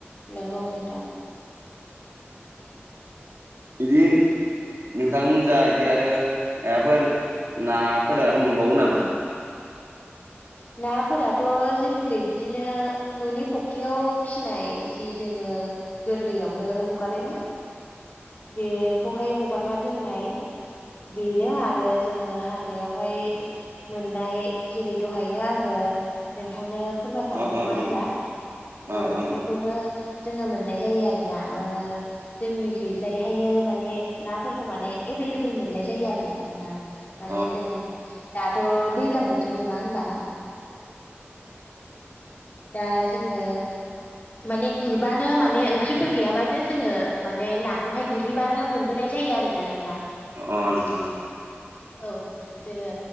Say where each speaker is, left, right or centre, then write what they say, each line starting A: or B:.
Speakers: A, on the left; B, on the right.
A: नंगौ नोंथां
B: बिदि नोंथांमोन जा इदि आरो मायबाफोर नाफोर आरो मोनबावो नामा?
A: नाफोराथ' जोंनिखै बिदिनो न'नि फख्रियाव फिसिनाय जि जोङो गोरलैयावनो हगारो ना बेखौहाय हगारना दोननाय बेनो आरो जोङो हाग्रायावहाय मोननाय जेरै दहायनो आङो नोंथांनो फोरमायखादों
B: अ
A: नङा
B: अ ओं
A: होनबा
B: अ
A: औ
B: ओं
A: बेफोर खौनो जोङो मोननाय जायो आरोना ओ जोंनिखै जाय हायो माने नाफोरखौ माने एभेलेबोल मोननाय जायो आरो ना नोंथां। माने
B: अ
A: जों दाथ' दैज्लां बोथोर नङा होनबा। दा जोङो माने गुरबानो माने ओंख्रिफोर गैयाबानो जोङो माने नाखौहाय गुरहैबानो मोनबोनाय जायो आरोना नों थां
B: अ नोंथां
A: औ जोङो